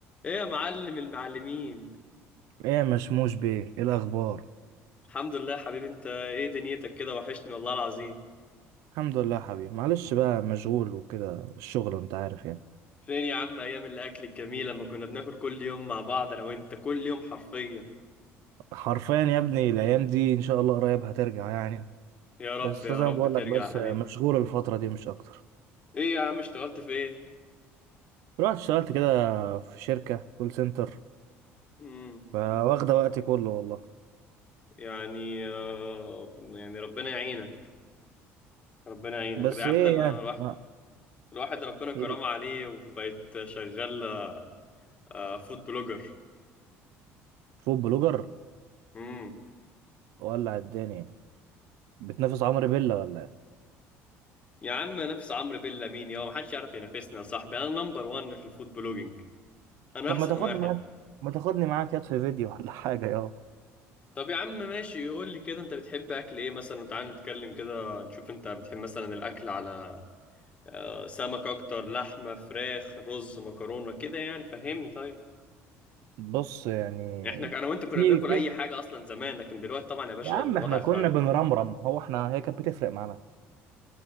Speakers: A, on the left; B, on the right.
A: ايه يا معلم المعلمين
B: ايه يا مشموش بيه ايه الاخبار
A: الحمد لله يا حبيبي انت ايه دنيتك كده وحشني والله العظيم
B: الحمد لله يا حبيبي معلش بقى مشغول وكده الشغل انت عارف يعني
A: فين يا عم ايام الاكل الجميل لما كنا بناكل كل يوم مع بعض انا وانت كل يوم حرفيا
B: حرفيا يا ابني الايام دي ان شاء الله قريب هترجع يعني
A: يا رب
B: بس
A: يا
B: زي
A: رب
B: ما بقول
A: ترجع
B: لك بس
A: يا حبيبي
B: مشغول الفتره دي مش اكتر
A: ايه يا عم اشتغلت في ايه
B: رحت اشتغلت كده في شركه كول سنتر
A: امم
B: فواخده وقتي كله والله
A: يعني آه يعني ربنا يعينك ربنا يعينك
B: بس
A: ده يا عم
B: ايه
A: ده انا
B: يعني
A: الواحد
B: آه،
A: الواحد ربنا كرم
B: إيه،
A: عليه وبقيت شغال آه فود بلوجر
B: فود بلوجر
A: امم
B: ولع الدنيا بتنافس عمرو بيلا ولا ايه
A: يا عم نفس عمرو بيلا مين يا ما حدش يعرف ينافسنا يا صاحبي انا نمبر 1 في الفود بلوجينج انا
B: طب
A: احسن
B: ما تاخدني
A: واحد
B: معاك ما تاخدني معاك يد في فيديو ولا <laughs> حاجه يا
A: طب يا عم ماشي يقول لي كده انت بتحب اكل ايه مثلا تعال نتكلم كده نشوف انت بتحب مثلا الاكل على آه، سمك اكتر لحمه فراخ رز مكرونه كده يعني فهمني طيب
B: بص يعني
A: احنا انا وانت كنا
B: في
A: بناكل
B: في
A: اي حاجه اصلا زمان لكن دلوقتي طبعا يا باشا
B: يا عم
A: الوضع
B: احنا
A: اختلف
B: كنا بنرمرم هو احنا هي كانت بتفرق معانا